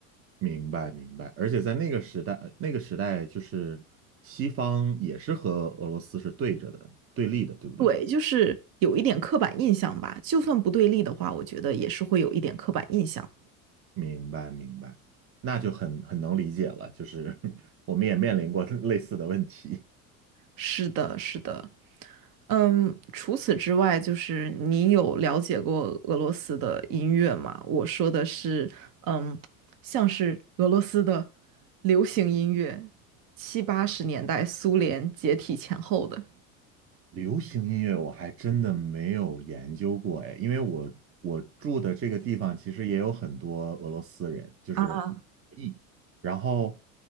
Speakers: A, on the right; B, on the right.
A: 明白，明白。而且在那个时代，那个时代就是西方也是和俄罗斯是对着的，对立的，对不对？
B: 对，就是有一点刻板印象吧。就算不对立的话，我觉得也是会有一点刻板印象。
A: 明白明白，那就很很能理解了，就是我们也面临过 <laughs> 类似的问题。
B: 是的，是的。嗯，除此之外，就是你有了解过俄罗斯的音乐吗？我说的是，嗯，像是俄罗斯的流行音乐，七八十年代苏联解体前后的。
A: 流行音乐我还真的没有研究过哎，因为我我住的这个地方其实也有很多俄罗斯人，就是一，
B: 啊，
A: 然后